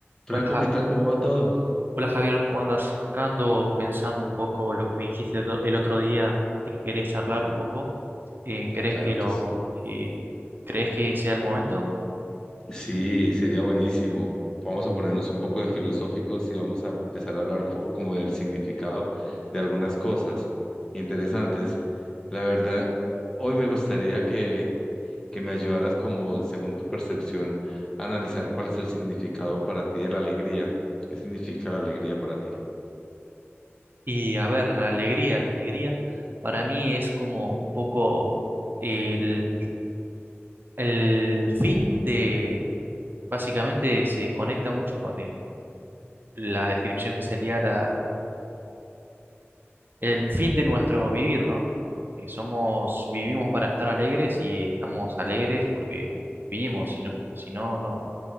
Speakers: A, on the left; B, on the right.
A: Franco,
B: Hola, Ja-
A: ¿qué tal? ¿Cómo va todo?
B: hola, Javier, ¿cómo andas? Acá ando pensando un poco lo que me dijiste el otro el otro día, de que querías charlar
A: Sí,
B: un poco. Eh, ¿crees
A: claro
B: que lo
A: que sí.
B: que crees que sea el momento?
A: Sí, sería buenísimo. Vamos a ponernos un poco de filosóficos y vamos a empezar a hablar un poco como del significado de algunas cosas interesantes. La verdad, hoy me gustaría que, que me ayudaras como, según tu percepción, a analizar cuál es el significado para ti de la alegría. ¿Qué significa la alegría para ti?
B: Y a ver, la alegría, la alegría para mí es como un poco el, el fin de, básicamente se conecta mucho con el- la descripción que sería la, el fin de nuestro vivir, ¿no? Eh, somos, vivimos para estar alegres y estamos alegres porque vivimos, si no, si no, no,